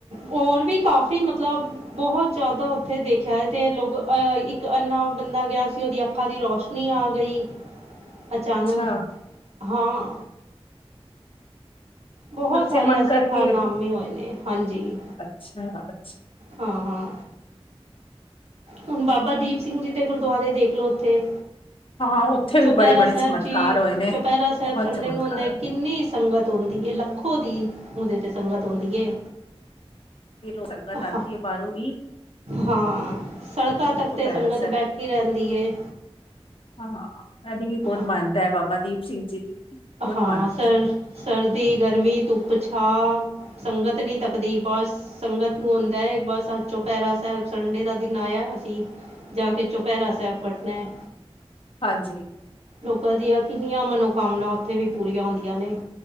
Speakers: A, on the right (about 85°); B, on the left (about 60°).
A: ਹੋਰ ਵੀ ਕਾਫੀ ਮਤਲਬ ਬਹੁਤ ਜ਼ਿਆਦਾ ਉੱਥੇ ਦੇਖਿਆ ਹੈ ਤੇ ਲੋਕ ਅਹ ਇੱਕ ਅੰਨਾ ਬੰਦਾ ਗਿਆ ਸੀ ਉਹਦੀ ਅੱਖਾਂ ਦੀ ਰੌਸ਼ਨੀ ਨੀ ਆ ਗਈ ਅਚਾਨਕ
B: ਅੱਛਾ
A: ਹਾਂ ਬਹੁਤ
B: ਸੱਚੇ
A: ਸਾਰੇ
B: ਮਨ
A: ਐਸੇ
B: ਕਰਕੇ
A: ਕਾਰਨਾਮੇ ਹੋਏ ਨੇ ਹਾਂਜੀ
B: ਅੱਛਾ ਅੱਛਾ
A: ਹਾਂ-ਹਾਂ ਹੁਣ ਬਾਬਾ ਦੀਪ ਸਿੰਘ ਜੀ ਦੇ ਗੁਰਦੁਆਰੇ ਦੇਖਲੋ ਉੱਥੇ
B: ਹਾਂ ਉੱਥੇ
A: ਚੌਪਹਿਰਾ
B: ਵੀ ਬੜੇ ਬੜੇ
A: ਸਾਹਿਬ
B: ਚਮਤਕਾਰ
A: ਜੀ
B: ਹੋਏ ਨੇ
A: ਚੌਪਹਿਰਾ ਸਾਹਿਬ
B: ਬਹੁਤ
A: ਸੰਡੇ
B: ਚਮਤਕਾਰ
A: ਨੂੰ ਹੁੰਦਾ
B: ਹੋਏ
A: ਕਿੰਨੀ ਸੰਗਤ ਆੁੰਦੀ ਹੈ ਲੱਖੋਂ ਦੀ ਉਹਦੇ 'ਤੇ ਸੰਗਤ ਆਂਦੀ ਹੈ
B: ਕਿ ਸੰਗਤ ਆਉਂਦੀ
A: ਹ
B: ਹੈ ਬਾਹਰੋਂ ਵੀ
A: ਹਾਂ ਸੜਕਾਂ ਤੱਕ
B: ਚੁਪਹਿਰਾ
A: ਤੇ ਸੰਗਤ
B: ਸਾਹਿਬ
A: ਬੈਠੀ ਰਹਿੰਦੀ ਏ
B: ਹਾਂ ਸਾਡੀ ਵੀ ਬਹੁਤ
A: ਹ
B: ਮਾਨਤਾ ਹੈ ਬਾਬਾ ਦੀਪ ਸਿੰਘ ਜੀ ਦੀ ਬਹੁਤ
A: ਹਾਂ
B: ਮਾਨਤਾ
A: ਸਰ ਸਰਦੀ ਗਰਮੀ ਧੁੱਪ ਛਾਂ ਸੰਗਤ ਨੀ ਥੱਕਦੀ ਬਸ ਸੰਗਤ ਨੂੰ ਹਾਂਉਦਾ ਹੈ ਬਸ ਚੌਪਹਿਰਾ ਸਾਹਿਬ ਸੰਡੇ ਦਾ ਦਿਨ ਆਇਆ ਅਸੀਂ ਜਾ ਕੇ ਚੌਪਹਿਰਾ ਸਾਹਿਬ ਕਟਨਾ ਹੈ
B: ਹਾਂਜੀ
A: ਲੋਕਾਂ ਦੀਆਂ ਕਿੰਨੀਆਂ ਮਨੋਕਾਮਨਾ ਉੱਥੇ ਵੀ ਪੂਰੀਆਂ ਹੁੰਦੀਆਂ ਨੇ